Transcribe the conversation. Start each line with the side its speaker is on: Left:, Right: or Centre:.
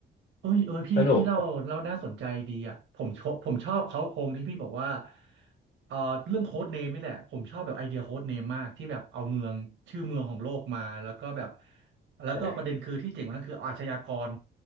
Right: เอ้ยเออพี่พี่เล่าเล่าน่าสนใจดีอ่ะผมชอบผมชอบเขาโครงที่พี่บอกว่า
Left: สนุก
Right: เอ่อเรื่องโค้ดเนมนี่แหละผมชอบแบบไอเดียโค้ดเนมมากที่แบบเอาเมืองชื่อเมืองของโลกมาแล้วก็แบบแล้วก็ประเด็นคือที่เจ๋งกว่านั้นคือเอาอาชญากร
Left: ใช่